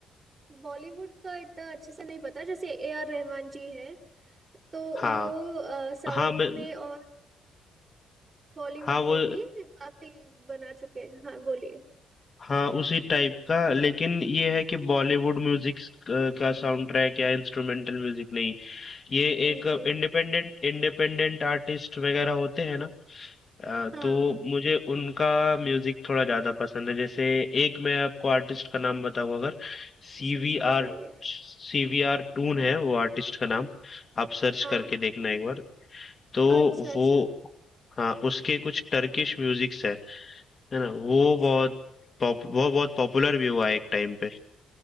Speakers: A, on the right (about 35°); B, on the left (about 40°).
A: बॉलीवुड का इतना अच्छे से नहीं पता जैसे ए आर रहमान जी हैं तो
B: हाँ
A: वो साउथ
B: हाँ मैं
A: में और बॉलीवुड
B: हाँ वो
A: में भी काफी बना चुके हैं हाँ बोलिए
B: हाँ, उसी टाइप का लेकिन ये है कि बॉलीवुड म्यूजिक का साउंड ट्रैक या इंस्ट्रूमेंटल म्यूजिक नहीं ये
A: जी
B: एक
A: जी
B: इंडिपेंडेंट इंडिपेंडेंट आर्टिस्ट वगैरह होते हैं ना अ,
A: हाँ
B: तो मुझे उनका म्यूजिक थोड़ा ज्यादा पसंद है जैसे एक मैं आपको आर्टिस्ट का नाम बताऊं अगर सीवीआर
A: जी जी बताइए
B: सीवीआर टून है वो आर्टिस्ट का नाम आप सर्च
A: हाँ
B: करके देखना एक बार तो
A: अच्छा अच्छा
B: वो हाँ उसके कुछ टर्किश म्यूजिक्स है है ना वो
A: अच्छा
B: बहुत पॉप, वो बहुत पॉपुलर भी हुआ एक टाइम पे